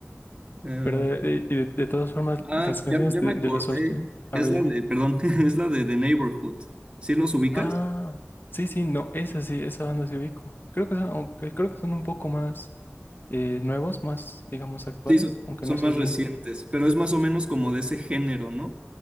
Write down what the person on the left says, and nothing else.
Pero de, de- y de- de todas formas,
las canciones
de,
de los ocho a
ver,
dime.
Ah, sí, sí, no, esa sí, esa banda se ubico. Creo que son, aunque creo que son un poco más eh, nuevos, más, digamos, actuales,
aunque
no sé
bien.